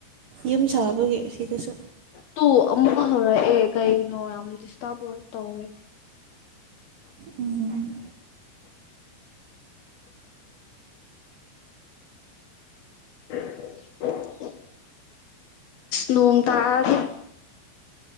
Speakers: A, on the right; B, on the left.
A: ꯌꯨꯝ ꯁꯥꯕꯒꯤ ꯁꯤꯗꯁꯨ
B: ꯇꯨ ꯑꯃꯨꯛꯀ ꯍꯧꯔꯛ ꯑꯦ ꯀꯩꯅꯣ ꯌꯥꯝ ꯗꯤꯁꯇ꯭ꯔꯕ ꯑꯣꯏ ꯇꯧꯏ
A: ꯎꯝ
B: <inaudible> ꯅꯣꯡ ꯇꯥꯒ